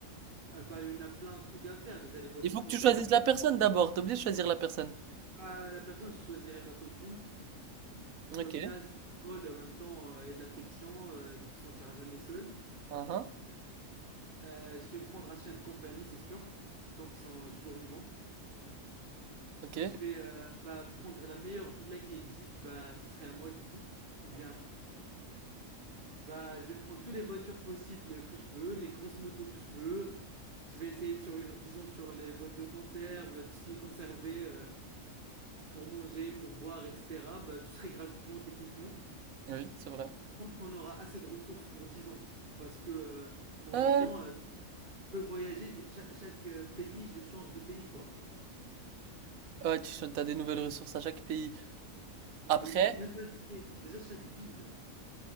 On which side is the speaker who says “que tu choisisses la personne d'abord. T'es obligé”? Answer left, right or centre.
Right